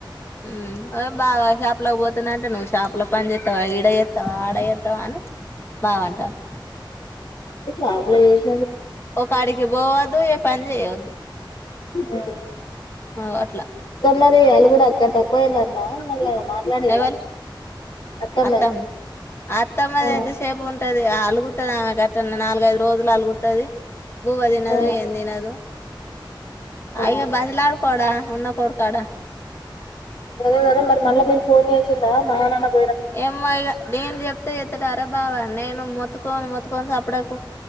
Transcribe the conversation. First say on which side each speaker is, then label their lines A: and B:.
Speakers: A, on the left; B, on the left.
A: హు అదే బాబాయ్ షాప్ లోకి పోతే వస్తున్నాంటే నువ్వు షాపులో పని చేస్తావా ఈడయేస్తావా ఆడయేస్తావా అని బాగుంటారు
B: ఇక షాప్ లో చేసి
A: ఒక అడికి పోవద్దు ఏ పని చేయద్దు
B: అ
A: అ అట్లా
B: మరి వాళ్ళు కూడా అక్క తక్కువయిన అన్న మళ్ళ మాట్లాడిలా
A: ఎవర్లు
B: అత్తమ్మది
A: అత్తమ్ అత్తమ్మది
B: ఆ
A: ఎంతసేపు ఉంటది అలుగు అత్తనా ఆమె గట్టన్నా నాలుగైదు రోజులు అలుగుతుది బువ్వ తినదు
B: ఆ
A: ఏం తినదు
B: ఆ
A: అయ్యో ఇగ బ్రతుమలాడుకోడా ఉన్నక్ ఫోడకాడా
B: బ్రదర్ గదే మరి మళ్ళీ మీరు ఫోన్ చేసిండా మా నాన్నకు
A: ఎమో ఇగా నేను చెప్తే ఎత్తడ అరబ్ బావ నేను మొతుకొని మొతుకొనిప్పడకు